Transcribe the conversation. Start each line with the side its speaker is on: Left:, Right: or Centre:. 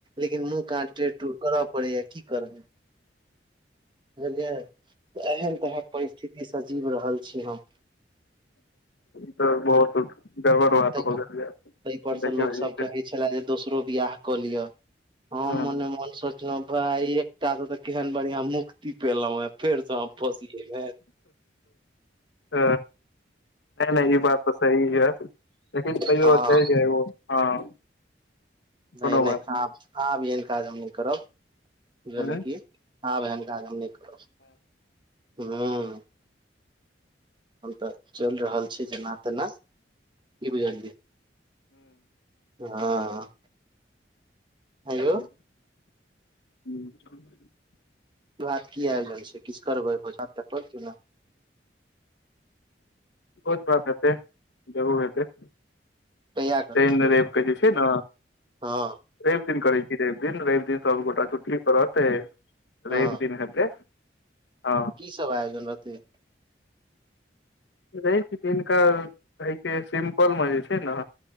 Right: लेकिन मुँह कान टेढ़ टूढ़ करऽ पड़ैया की करबै बुझलियै एहन तरहक परिस्थितिसँ जीव रहल छी हम।
Left: त बहुत गड़बड़ बात
Right: ताहि
Left: भ गेल यऽ
Right: पर से
Left: देखियौ
Right: लोक सब
Left: इ
Right: कहै छले जे दोसरो बियाह कऽ लियऽ, हम
Left: हँ
Right: मोने मोन सोचलौं भाय एक एकटा से त केहन बढ़ियां मुक्ति पेलौं एँ फेर स हम फँसी अयमे।
Left: ह नै- नै इ बात त सही यऽ। लेकिन तैयो
Right: हँ
Left: <unintelligible> हँ।
Right: नै-
Left: कोनो
Right: नै
Left: बात नहि
Right: आब, आब एहन काज हम नै करब। बुझलियए
Left: आँय हँ,
Right: की आब एहेन काज हम नै करब। हुं। हम त चइल रहल जेना तेना की बुझलियए हँ।
Left: <inaudible>
Right: आंयौ <unintelligible> की आइब रहल छैय किछ करबै भोजन त कर <unintelligible>
Left: भोज भात हेतै जरूर हेतै।
Right: कहिया करबै
Left: शैइन
Right: यौ
Left: रइब क जे छैय न
Right: हँ
Left: रइब दिन करै छी रइब दिन, रइब दिन सभगोटा छुट्टी पर रहतै
Right: हँ
Left: रइब दिन हेतै हँ।
Right: की सब आयोजन रहतै।
Left: रइब दिनका कहैके सिम्पलमे जे छैय ने